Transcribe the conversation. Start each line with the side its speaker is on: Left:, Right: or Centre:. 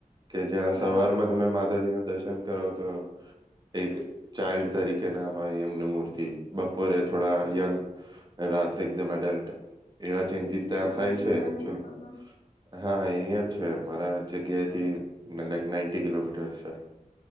Right: કે જ્યાં
Left: હા
Right: સવારમાં તમે માતાજી ના દર્શન એમ કરવાત. તો એક ચાઇલ્ડ તરીકે ના હોય એમની મૂર્તિ બપોરે થોડા યંગ રાત્રે એકદમ એડલ્ટ એવા ચેન્જીસ
Left: ના
Right: ત્યાં થાય
Left: એ
Right: છે
Left: મને
Right: એકચુલ
Left: નઈ ખબર
Right: હા એ અહ્યા જ છે મારા જગ્યાથી નાઈન્ટી કિલોમીટર્સ છે.